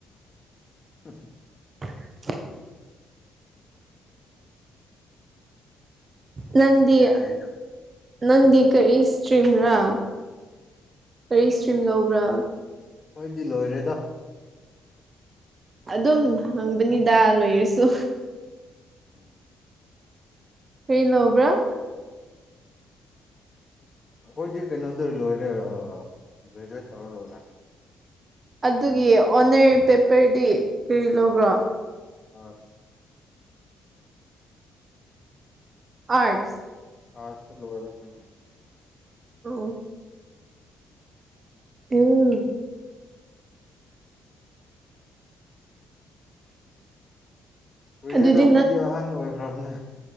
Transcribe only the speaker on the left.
ꯍ
ꯑꯣꯣꯏ
ꯌꯥꯅ
ꯍꯣꯏꯗꯤ ꯂꯣꯏꯔꯦꯗ
ꯎꯝ
ꯀꯣꯏꯀ ꯅꯠꯇꯔ ꯂꯔꯖ ꯇꯧꯔ ꯂ
ꯑ
ꯑꯥ ꯆꯂꯣꯔ ꯐ
ꯀꯨꯏꯔꯦꯗ
ꯑꯩꯈꯣꯏꯗꯤ ꯑꯍꯟ ꯑꯣꯏꯈ꯭ꯔꯕꯅꯦ